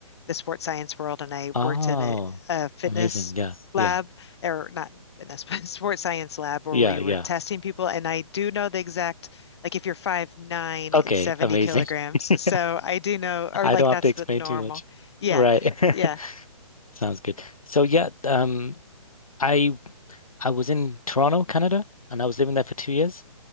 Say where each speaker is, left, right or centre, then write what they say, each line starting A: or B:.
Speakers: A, on the left (about 50°); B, on the left (about 85°).
A: the sports science world and I
B: Oh,
A: worked in a, a fitness
B: amazing. Yeah,
A: lab,
B: yeah,
A: or not fitness, <laughs> but sports science lab where
B: yeah,
A: we
B: yeah.
A: were testing people. And I do know the exact, like if you're five nine,
B: Okay,
A: it's 70
B: amazing.
A: kilograms.
B: <laughs>
A: So I do know, or
B: I
A: like
B: don't
A: that's
B: have to explain
A: the normal.
B: too much.
A: Yeah.
B: Right. <laughs>
A: Yeah.
B: Sounds good. So yeah, um, I I was in Toronto, Canada, and I was living there for two years.